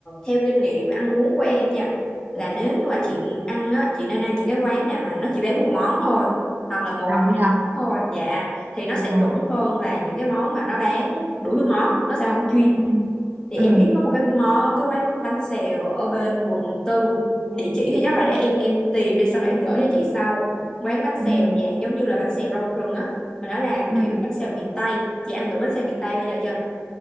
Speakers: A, on the left; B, on the right.
A: theo kinh nghiệm ăn uống của em nha là nếu như mà chị ăn á chị nên ăn những cái quán nào mà nó chỉ bán một món thôi hoặc là một
B: À
A: hoặc hai
B: thế à?
A: món thôi dạ thì nó sẽ
B: Ờ.
A: chuẩn hơn là những cái món mà nó bán đủ thứ món nó sẽ không chuyên
B: Ừ.
A: thì em
B: Ừ.
A: biết có một cái món cái quán bánh xèo ở bên quận tư địa chỉ thì chắc là để em em tìm đi xong rồi em gửi cho chị sau quán bánh xèo
B: Ừ.
A: dạng giống như là bánh xèo rau rừng á mà nó làm
B: Ừ.
A: kiểu bánh xèo miền Tây chị ăn thử bánh xèo miền Tây bây giờ chưa